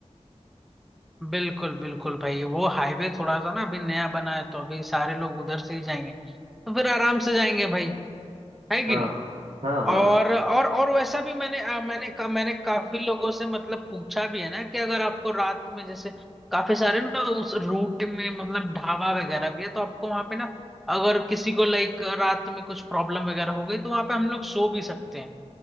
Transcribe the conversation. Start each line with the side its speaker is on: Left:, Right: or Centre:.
Centre: बिल्कुल बिल्कुल भाई वो हाईवे थोड़ा सा ना अभी नया बना है तो अभी सारे लोग उधर से ही जाएंगे तो फिर आराम से जाएंगे भाई है कि
Right: हाँ
Centre: नहीं
Right: हाँ हाँ
Centre: और
Right: हाँ
Centre: और और वैसा भी मैंने अ, मैंने का, मैंने काफी लोगों से मतलब पूछा भी है ना कि अगर आपको रात में जैसे काफी सारे ना उस रूट में मतलब ढाबा वगैरह भी है तो आपको वहां पे ना अगर किसी को लाइक रात में कुछ प्रॉब्लम वगैरह हो गई तो वहां पे हम लोग सो भी सकते हैं